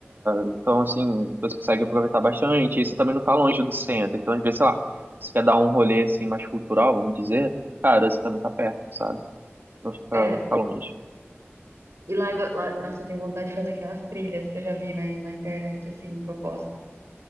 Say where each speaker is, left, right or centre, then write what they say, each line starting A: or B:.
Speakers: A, on the right; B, on the right.
A: Então, assim, você consegue aproveitar bastante. Isso também não tá longe do centro. Então, às vezes, sei lá, se quer dar um rolê, assim, mais cultural, vamos dizer, cara, você também tá perto, sabe? Não fica,
B: É.
A: não fica longe.
B: E lá, é go- lá, nossa, eu tenho vontade de fazer aquelas trilhas que eu já vi na, na internet, assim, que eu gosto.